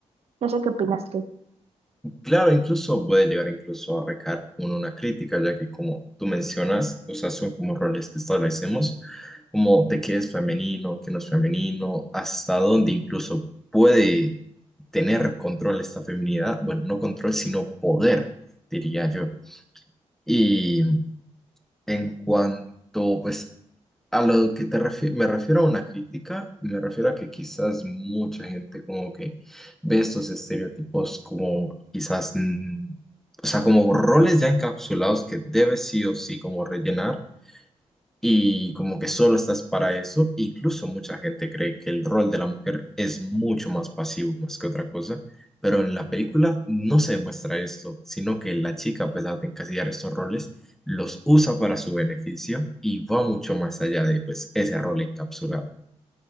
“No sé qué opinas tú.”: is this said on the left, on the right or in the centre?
Right